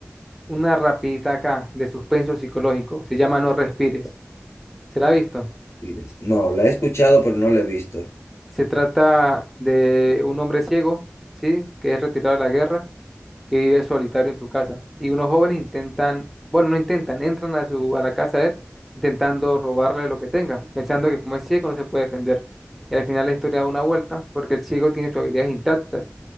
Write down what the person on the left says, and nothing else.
Pires. No, la he escuchado, pero no la he visto.